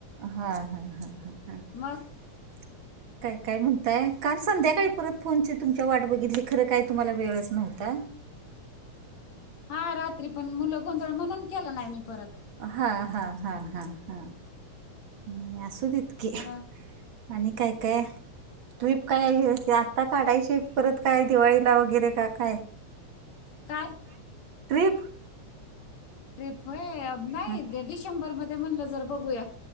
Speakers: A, on the right; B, on the left.
A: हा ह ह
B: मग
A: <inaudible> ताई काय म्हणताय? काल संध्याकाळी परत फोनची तुमच्या वाट बघितली खरं काय तुम्हाला वेळच नव्हता.
B: हा रात्री पण मुलं गोंधळ म्हणून केला नाही मी परत.
A: हा हा हा हा हा नही असू देतकीे.
B: मग
A: आणि काय काय. ट्रिप काय आहे आत्ता काढायची परत काय दिवाळीला वगैरे का काय.?
B: काय
A: <inaudible> ट्रिप.
B: ट्रीप होय नाही
A: हा
B: डिसेंबर मध्ये म्हटलं जर बघूया.